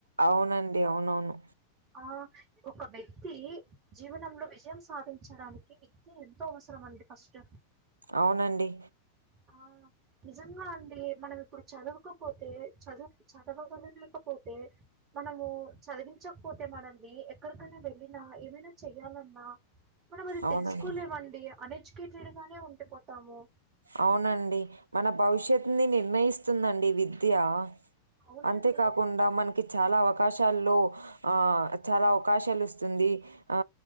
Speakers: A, on the right (about 75°); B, on the right (about 35°).
A: అవునండి అవునవును
B: ఆ ఒక వ్యక్తీ జీవనంలో విజయం సాధించడానికి విద్ ద్యా ఎంతో అవసరం అండి ఫస్టు.
A: అవునండి
B: అవును నిజంగా అండీ మనం ఇప్పుడు చదవకపోతే చదువు చదవగలలేకపోతే. మనమూ చదివించకపోతే మనల్నీ ఎక్కడికన్నా వెళ్ళినా ఏమైనా చెయ్యాలన్నా. మనం అది తెలుసుకోలేమండీ
A: అవునండి.
B: అన్ఎడ్యుకేటెడ్ గానే ఉండిపోతాము.
A: అవునండి మన భవిష్యత్తుని నిర్ణయిస్తుందండి విద్యా.
B: అవునండి
A: అంతేకాకుండా మనకి చాలా అవకాశాల్లో ఆ చాలా అవకాశాలు ఇస్తుంది ఆ